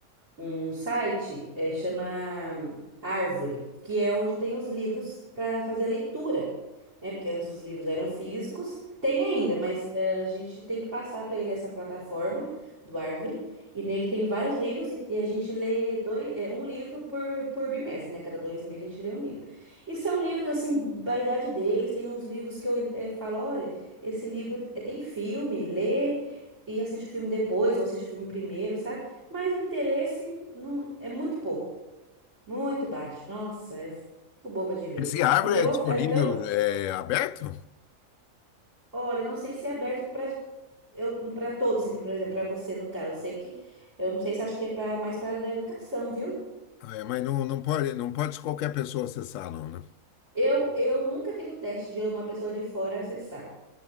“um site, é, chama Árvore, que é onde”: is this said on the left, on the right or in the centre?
Right